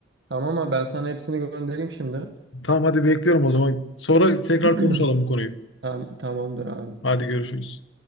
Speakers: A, on the right; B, on the left.
A: Tamam ama ben sana hepsini göndereyim şimdi.
B: Tamam hadi bekliyorum o zaman. Sonra tekrar
A: <clears throat>
B: konuşalım bu konuyu.
A: Tam, tamamdır abi.
B: Hadi görüşürüz.